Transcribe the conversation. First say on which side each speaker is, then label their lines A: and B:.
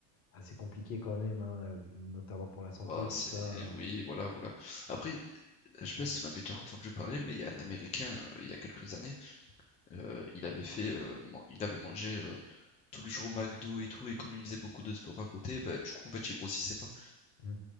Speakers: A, on the left; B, on the left.
A: Ah, c'est compliqué quand même, hein, heu, notamment pour la santé,
B: Bah,
A: tout
B: c'est,
A: ça. euh,
B: oui, voilà, voilà. Après, je sais pas si t'en avais déjà entendu parler, mais il y a un Américain, euh, il y a quelques années, euh, il avait fait, euh, man- il avait mangé euh, tous les jours au McDo et tout, et comme il faisait beaucoup de sport à côté, bah, du coup, en fait, il grossissait pas.
A: Mmh.